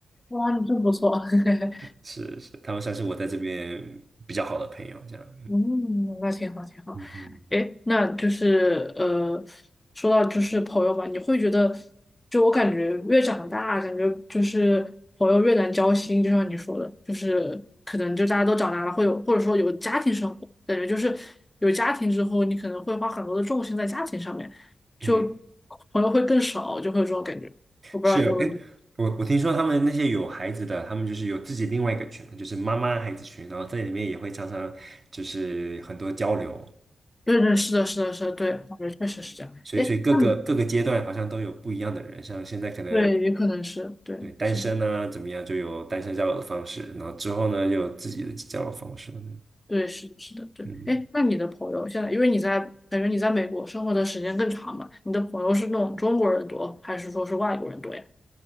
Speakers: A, on the left; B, on the right.
A: 哇，你真不错。<laughs>
B: 是是，他们算是我在这边比较好的朋友，这样。
A: 嗯，那挺好，挺好。
B: 嗯嗯
A: 诶，那就是呃，说到就是朋友吧，你会觉得，就我感觉越长大，感觉就是朋友越难交心，就像你说的，就是可能就大家都长大了，会有或者说有家庭生活，感觉就是有家庭之后，你可能会花很多的重心在家庭上面，就
B: 嗯，
A: 朋友会更少，就会有这种感觉。我不知道你有没有？
B: 是，哎，我我听说他们那些有孩子的，他们就是有自己另外一个群，就是妈妈孩子群，然后在里面也会常常就是很多交流，
A: 对对，是的，是的，是的，对，我觉得确实是这样。
B: 所以所以各个各个阶段好像都有不一样的人，
A: 诶，那你
B: 像现在可能
A: 对，也可能是对，
B: 对，单身呢、
A: 是的。
B: 怎么样，就有单身交友的方式，然后之后呢，又有自己的交友方式了。
A: 对，是的，是的，对。
B: 嗯，
A: 哎，那你的朋友现在，因为你在感觉你在美国生活的时间更长嘛，你的朋友是那种中国人多，还是说是外国人多呀？